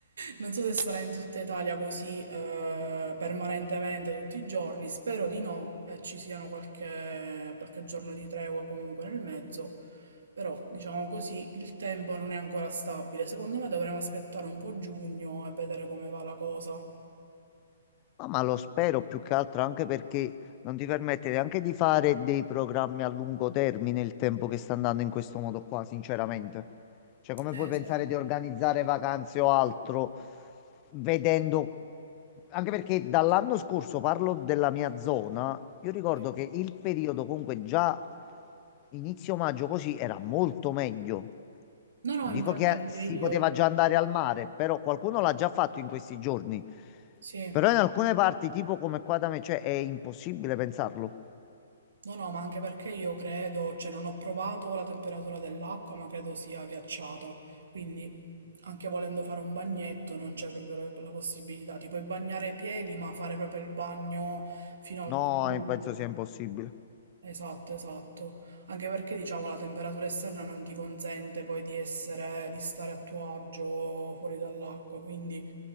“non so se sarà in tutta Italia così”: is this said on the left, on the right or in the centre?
Right